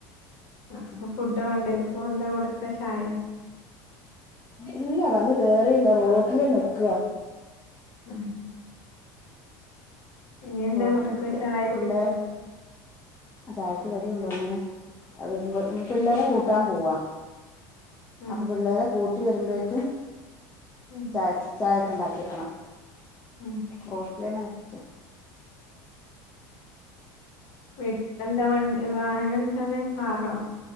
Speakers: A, on the left; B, on the left.
A: ആ അപ്പോ ഫുഡ് വാണ്ടേ ഇപ്പോ? യ കൊടുക്ക ചായ
B: ഇല്ല, വന്ന് കേറില്ല റോട്ടില് നിക്ക.
A: ആ ഇനി എന്താ
B: റോട്ടില്
A: കൊടുക്ക
B: നിക്ക
A: ചായ കുടിക്കോ?
B: പിള്ളേര് ചായക്ക് കടികൊണ്ടൊന്നണേ അത് വരുമ്പോ പിള്ളേരെ കൂട്ടാൻ പോവാ.
A: ഉം
B: അപ്പോ പിള്ളേരെ കൂട് കൂട്ടി വരുമ്പേക്ക്
A: ഉം
B: ചായ ചായ ക്കെണ്ടാക്കി ക്കാണോ
A: ഉം
B: റോട്ടിലെന്നെ നി ച്ചെ
A: വെട് എന്താ വൺ വാഹനം എന്താണ് കാറോ